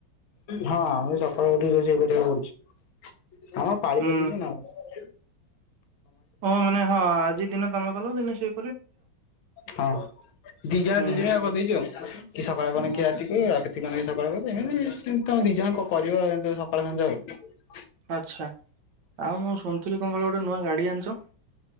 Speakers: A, on the left; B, on the right.
A: ହଁ ମୁଇ ସକାଳୁ ଉଠି ଯାଇ ଏଇ ଭିଡ଼ିଓ କରୁଛି। ଆମ ପାଳି
B: ହୁଁ।
A: <inaudible> ନାଉ
B: ଓ ମାନେ ହଁ ଆଜି ଦିନ ତମେ କଲ ଦିନେ ସେ
A: ହଁ ଦି ଜଣ
B: ହୁଁ
A: ଦି ଜଣ କରିଦେଇଛୁ ଆଉ କି ସକାଳେ
B: ହୁଁ,
A: ବନେକି ରଖିଦେବି। ଜଣେ ସକାଳ କରିଦେବି ଏମିତି ଦି ଜଣ କରିଵାର ସକାଳ ସନ୍ଧ୍ୟା ଆଉ
B: ଆଚ୍ଛା ଆଉ ମୁଁ ଶୁଣିଥିଲି କଣ କ ଗୋଟେ ନୂଆ ଗାଡି ଆଣିଛ।